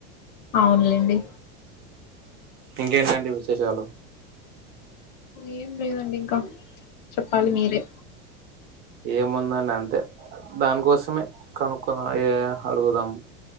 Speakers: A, on the left (about 55°); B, on the right (about 35°).
A: అవునులేండి
B: ఇంకేంటండి విశేషాలు,
A: ఏం లేదండి, ఇంకా చెప్పాలి మీరే
B: ఏముందండి అంతే దానికోసమే కనక్కో అడుగుదాం,